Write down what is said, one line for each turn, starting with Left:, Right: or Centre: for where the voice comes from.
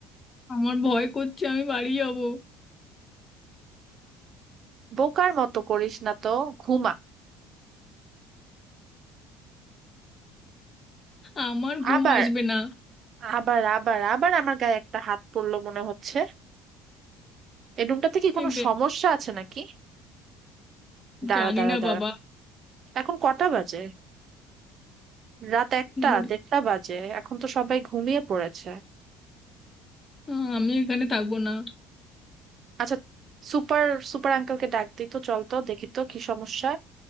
Left: আমার ভয় করছে আমি বাড়ি যাব
Right: বোকার মতো করিস না তো ঘুমা
Left: আমার ঘুম
Right: আবার
Left: আসবে না
Right: আবার আবার আবার আমার গায়ে একটা হাত পড়লো মনে হচ্ছে এই রুমটাতে কি কোনো
Left: এ দেখ
Right: সমস্যা আছে নাকি দাঁড়া
Left: জানি
Right: দাঁড়া
Left: না
Right: দাঁড়া
Left: বাবা
Right: এখন কটা বাজে রাত একটা
Left: ঘুরি
Right: দেড়টা বাজে এখন তো সবাই ঘুমিয়ে পড়েছে
Left: আহ, আমি এখানে থাকবো না
Right: আচ্ছা সুপার সুপার আঙ্কেলকে ডাক দিই তো চল তো দেখি তো কি সমস্যা